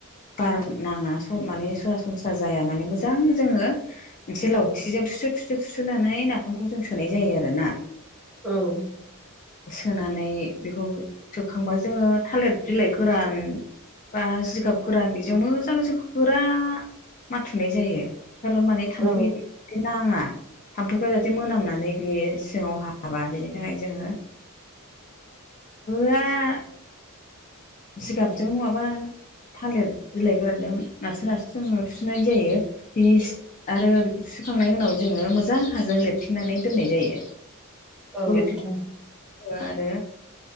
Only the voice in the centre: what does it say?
औ।
औ
औ
नोंथां